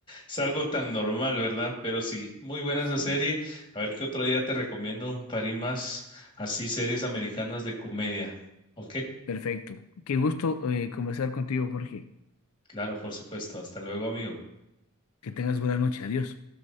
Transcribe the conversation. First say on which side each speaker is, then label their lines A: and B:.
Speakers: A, on the left; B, on the left.
A: Es algo tan normal, ¿verdad? Pero sí, muy buena
B: Sí,
A: esa serie. A ver qué otro día te recomiendo un par y más así series americanas de comedia. Ok,
B: perfecto. Qué gusto eh, conversar contigo, Jorge.
A: claro, por supuesto. Hasta luego, amigo.
B: Que tengas buena noche. Adiós.